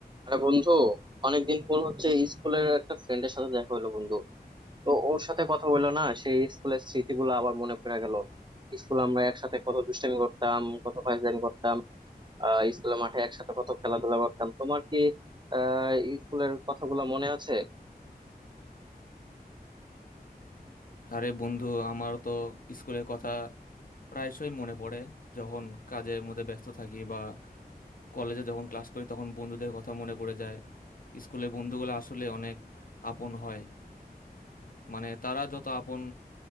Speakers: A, on the right; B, on the left.
A: আরে বন্ধু অনেকদিন পর হচ্ছে স্কুলের একটা ফ্রেন্ডের সাথে দেখা হলো বন্ধু তো ওর সাথে কথা হলো না সেই স্কুলের স্মৃতিগুলো আবার মনে পড়ে গেল স্কুল আমরা একসাথে কত দুষ্টামি করতাম কত ফাইজলামি করতাম আহ স্কুলের মাঠে একসাথে কত খেলাধুলা করতাম তোমার কি আহ স্কুলের কথাগুলো মনে আছে
B: আরে বন্ধু আমার তো স্কুলের কথা প্রায়শই মনে পড়ে যখন কাজের মধ্যে ব্যস্ত থাকি বা কলেজে যখন ক্লাস করি তখন বন্ধুদের কথা মনে পড়ে যায় স্কুলের বন্ধুগুলো আসলে অনেক আপন হয় মানে তারা যত আপন